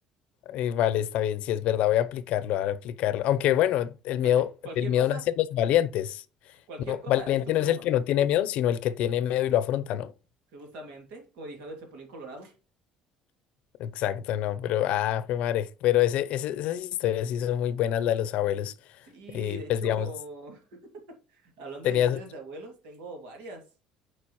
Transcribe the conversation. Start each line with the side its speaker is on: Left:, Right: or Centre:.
Left: Eh, vale, está bien, si es verdad, voy a aplicarlo, voy a aplicarlo. Aunque bueno, el
Right: Acuérdate,
Left: miedo,
Right: cualquier
Left: el miedo
Right: cosa,
Left: nace en los valientes.
Right: cualquier
Left: No,
Right: cosa
Left: valiente
Right: es tu culpa,
Left: no es el que no tiene miedo, sino el que tiene miedo y lo afronta, ¿no?
Right: justamente, como dijeron el Chapulín Colorado.
Left: Exacto, no, pero ah, fue madre. Pero ese, ese- esas historias sí son muy buenas, las de los abuelos.
Right: Sí,
Left: Eh,
Right: de hecho,
Left: pues digamos,
Right: <laughs> Hablando
Left: tenías.
Right: de historias de abuelos, tengo varias,